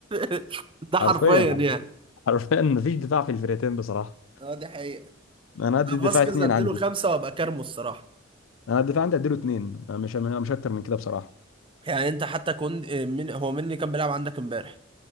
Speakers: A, on the right; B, on the left.
A: <laughs> ده حرفيا
B: حرفيا حرفيا
A: يعني
B: حرفيا مفيش دفاع في الفرقتين بصراحه
A: اه دي حقيقة
B: انا ادي الدفاع
A: فاسكيز
B: اثنين
A: اديله
B: عندي
A: خمسه وابقى كارمه الصراحه
B: انا الدفاع عندي اديله اثنين مش مش اكتر من كده بصراحه
A: يعني انت حتى كنت من هو مين اللي كان بيلعب عندك امبارح